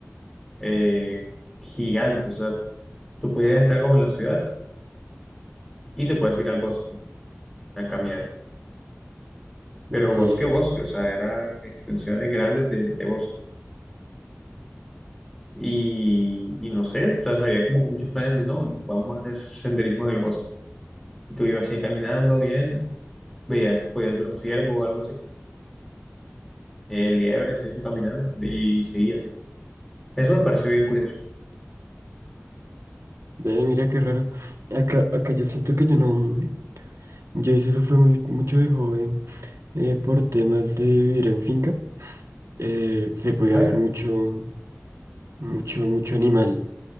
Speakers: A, in the centre; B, on the right.
A: eh, gigantes. O sea, tú podías estar como en la ciudad y te puedes ir al bosque a caminar. Pero
B: Ok.
A: bosque,
B: Ve,
A: bosque, o sea, eran extensiones grandes de, de bosque. Y, y no sé, o sea, había como que muchos planes de no, vamos a hacer senderismo en el bosque. Y tú ibas ahí caminando bien, veías, podías ver un ciervo o algo así, eh, liebres y eso caminando, y seguías. Eso me pareció bien curioso.
B: mira qué raro. Acá, acá yo siento que yo no... Yo hice eso fue muy, mucho de joven eh, por temas de vivir en finca. eh, se podía
A: Ah,
B: ver mucho, mucho, mucho animal.